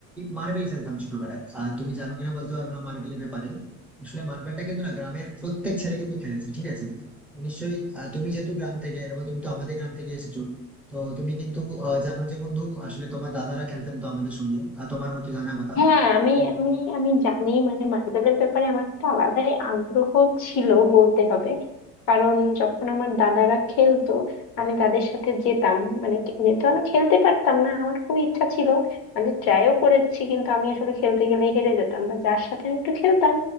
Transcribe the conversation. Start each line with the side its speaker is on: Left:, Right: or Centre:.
Centre: মার্বেল খেলতাম ছোটবেলায় আর তুমি জানো কিনা বলতে পারবো না মার্বেলের ব্যাপারে আসলে মার্বেলটা কিন্তু না গ্রামের প্রত্যেক ছেলে কিন্তু খেলেছে ঠিক আছে নিশ্চয়ই আহ, তুমি যেহেতু গ্রাম থেকে এবং তুমি তো আমাদের গ্রাম থেকে এসেছো তো তুমি কিন্তু আহ, জানো যে বন্ধু আসলে তোমার দাদারা খেলতেন তো আমাদের সঙ্গে আর তোমার হয়তো জানা কথা
Left: হ্যাঁ আমি
Centre: তো
Left: আমি আমি জানি মানে মার্বেলের ব্যাপারে আমার একটা আলাদাই আগ্রহ ছিল বলতে হবে কারণ যখন আমার দাদারা খেলতো আমি তাদের সাথে যেতাম মানে কে- যেহেতু আমি খেলতে পারতাম না আমার খুব ইচ্ছা ছিল আমি ট্রাইও করেছি কিন্তু আমি আসলে খেলতে গেলে হেরে যেতাম বা যার সাথে আমি একটু খেলতাম